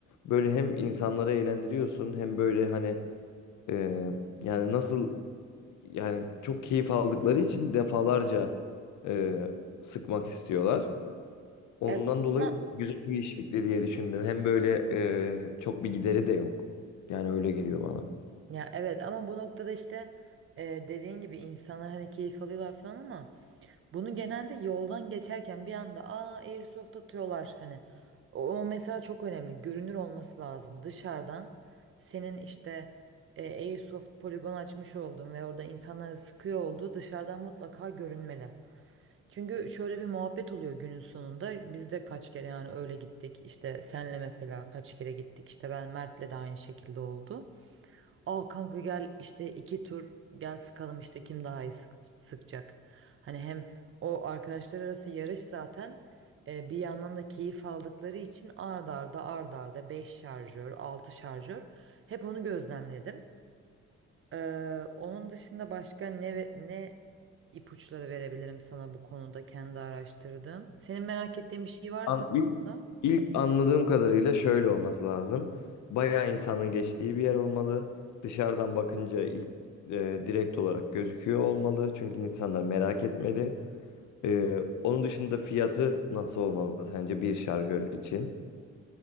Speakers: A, on the left; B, on the right.
A: Böyle hem insanları eğlendiriyorsun hem böyle hani e, yani nasıl yani çok keyif aldıkları için defalarca e, sıkmak istiyorlar. Ondan
B: Evet
A: dolayı
B: ama
A: güzel bir iş fikri diye düşündüm. Hem böyle e, çok bir gideri de yok. Yani öyle geliyor bana.
B: Ya evet ama bu noktada işte e, dediğin gibi insanlar hani keyif alıyorlar falan ama bunu genelde yoldan geçerken bir anda aa airsoft atıyorlar hani o, o mesela çok önemli görünür olması lazım dışarıdan senin işte e, airsoft poligon açmış oldun ve orada insanlara sıkıyor olduğu dışarıdan mutlaka görünmeli. Çünkü şöyle bir muhabbet oluyor günün sonunda. Biz de kaç kere yani öyle gittik. İşte senle mesela kaç kere gittik. İşte ben Mert'le de aynı şekilde oldu. Aa kanka gel işte iki tur gel sıkalım işte kim daha iyi sık- sıkacak. Hani hem o arkadaşlar arası yarış zaten e, bir yandan da keyif aldıkları için ard arda ard arda 5 şarjör altı şarjör hep onu gözlemledim. Ee, onun dışında başka ne ve- ne ipuçları verebilirim sana bu konuda kendi araştırdım. Senin merak ettiğin bir şey varsa
A: An ilk
B: aslında.
A: ilk anladığım kadarıyla şöyle olması lazım. Bayağı insanın geçtiği bir yer olmalı. Dışarıdan bakınca ilk e, direkt olarak gözüküyor olmalı. Çünkü insanlar merak etmeli. E, onun dışında fiyatı nasıl olmalı sence bir şarjör için?